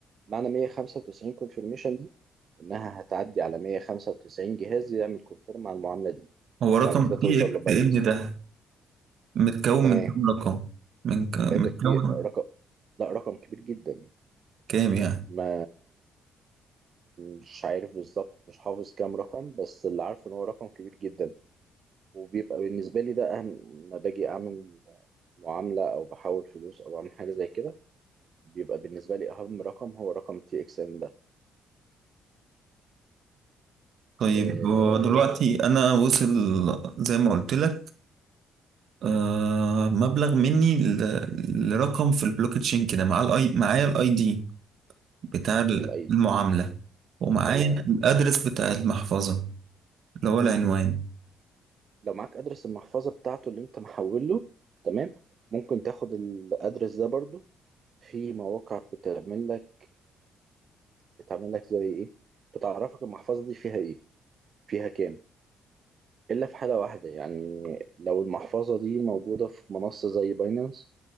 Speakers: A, on the right; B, on the right.
A: معنى 195 كونفرميشن دي انها هتعدي على 195 جهاز يعمل كونفيرم على المعامله دي
B: هو رقم
A: بعد كده توصل
B: تي اكس
A: لباينانس
B: ان ده متكون
A: تمام
B: من كام رقم من ك... متكون
A: لا ده كبير رقم لا رقم كبير جدا
B: كام يعني
A: ما مش عارف بالظبط مش حافظ كام رقم بس اللي عارفه ان هو رقم كبير جدا وبيبقى بالنسبة لي ده أهم ما باجي أعمل معاملة أو بحول فلوس أو أعمل حاجة زي كده بيبقى بالنسبة لي أهم رقم هو رقم تي إكس إم ده
B: طيب
A: إيه
B: هو دلوقتي انا وصل زي ما قلت لك آه مبلغ مني ل... لرقم في البلوك تشين كده مع الاي معايا الاي دي بتاع
A: الأي
B: المعاملة ومعايا
A: تمام
B: الأدرس بتاع المحفظة اللي هو العنوان
A: لو معاك أدرس المحفظة بتاعته اللي أنت <laughs> محول له تمام ممكن تاخد الأدرس ده برضو في مواقع بتعمل لك بتعمل لك زي إيه بتعرفك المحفظة دي فيها إيه فيها كام إلا في حالة واحدة يعني لو المحفظة دي موجودة في منصة زي باينانس